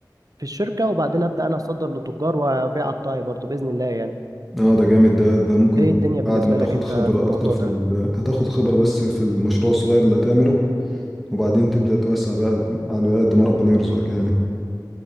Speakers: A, on the right; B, in the centre.
A: في الشركة وبعدين ابدا انا اصدر للتجار وابيع قطاعي برضو باذن الله يعني
B: اه ده جامد ده ده ممكن
A: ايه الدنيا بالنسبة
B: بعد ما تاخد
A: لك انت
B: خبرة
A: في الموضوع
B: اكتر في
A: ده
B: ال... هتاخد خبرة بس في المشروع الصغير اللي هتعمله وبعدين تبدأ توسع بقى ب- على قد ما ربنا يرزقك يعني